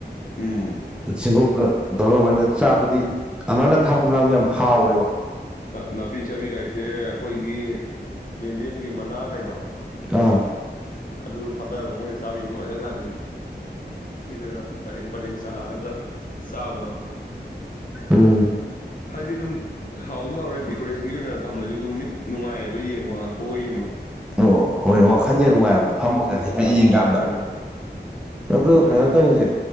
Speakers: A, on the left; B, in the centre.
A: ꯎꯝ
B: ꯁꯤꯡꯒꯣꯛꯀ ꯗꯔ ꯃꯅ ꯆꯥꯕꯗꯤ ꯑꯗꯨꯃꯥꯏꯅ ꯊꯥꯛꯄ ꯀꯥꯟꯗ ꯌꯥꯝ ꯍꯥꯎꯋꯦꯕ
A: ꯅꯥꯄꯤ ꯆꯥꯕꯤ ꯀꯥꯏꯁꯦ ꯑꯩꯈꯣꯏꯒꯤ ꯌꯦꯟꯗꯦꯝꯒꯤ ꯃꯅꯥ ꯀꯩꯗꯣ
B: ꯑꯥ
A: ꯑꯗꯨꯗ ꯊꯥꯗꯔꯕ ꯃꯣꯏꯅ ꯆꯥꯕ ꯌꯦꯡ ꯅꯨꯡꯉꯥꯏ ꯀꯖꯥꯠꯅꯤꯅ ꯄꯨꯈ꯭ꯔꯤꯗꯒ ꯄꯔꯦꯡ ꯄꯔꯦꯡ ꯆꯥꯔꯒ ꯆꯥꯕꯗꯣ
B: ꯎꯝ
A: ꯍꯥꯏꯗꯤ ꯑꯗꯨꯝ ꯍꯥꯎꯁꯨ ꯍꯥꯎꯔꯦ ꯗꯦꯀꯣꯔꯦꯁꯟꯒꯤ ꯑꯣꯏꯅ ꯊꯝꯃꯁꯨ ꯑꯗꯨꯝ ꯃꯤꯠ ꯅꯨꯡꯉꯥꯏꯌꯦꯕ ꯌꯦꯡꯕꯣ ꯉꯥꯡꯊꯣꯛꯑꯒ ꯌꯦꯡꯕꯣ
B: ꯑꯣ ꯍꯣꯏꯣꯏ ꯋꯥꯈꯜ ꯌꯥꯝ ꯅꯨꯡꯉꯥꯏꯕꯗꯣ ꯐꯝꯃꯒ ꯍꯥꯏꯐꯦ
A: ꯋꯥꯈꯜ
B: ꯌꯦꯡꯀꯥꯟꯗ
A: ꯅꯨꯡꯉꯥꯏ ꯑꯗꯨꯅꯤ
B: ꯑꯗꯨ
A: ꯑꯗꯨꯃꯥꯏꯅ
B: ꯀꯩꯅꯣ ꯇꯧꯁꯦ